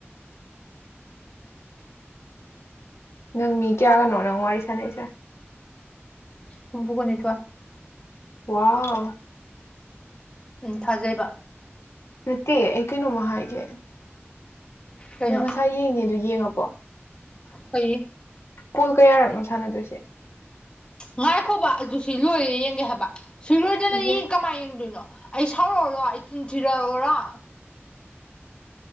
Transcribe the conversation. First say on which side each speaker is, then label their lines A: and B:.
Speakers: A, on the left (about 80°); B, on the left (about 25°).
A: ꯅꯪ ꯃꯤ ꯀꯌꯥꯒꯅꯣ ꯅꯪ ꯋꯥꯔꯤ ꯁꯥꯟꯅꯔꯤꯁꯦ
B: ꯍꯨꯝꯐꯨꯒ ꯅꯤꯊꯣꯢ
A: ꯋꯥꯎ
B: ꯎꯝ ꯊꯥꯖꯩꯕ
A: ꯅꯠꯇꯦ ꯑꯩ ꯀꯩꯅꯣꯝꯃ ꯍꯥꯏꯒꯦ
B: ꯀꯩꯅꯣ
A: ꯅꯪ ꯉꯁꯥꯏ ꯌꯦꯡꯅꯦ ꯑꯗꯨ ꯌꯦꯡꯉꯕꯣ
B: ꯑꯩꯩ
A: ꯀꯣꯜ ꯀꯌꯥꯔꯛꯅꯣ ꯁꯥꯟꯅꯗꯣꯏꯁꯦ
B: ꯉꯥꯏꯈꯣꯕ ꯑꯗꯨ ꯁꯤ ꯂꯣꯏꯔꯦ ꯌꯦꯡꯒꯦ ꯍꯥꯏꯕ ꯁꯤꯔꯣꯏꯗꯅ
A: ꯏꯍꯦ
B: ꯌꯦ ꯀꯃꯥꯏꯅ ꯌꯦꯡꯗꯣꯏꯅꯣ ꯑꯩ ꯁꯥꯎꯔꯛꯑꯣꯔꯣ ꯑꯩ ꯇꯤꯟ ꯊꯤꯔꯛꯂꯔꯣ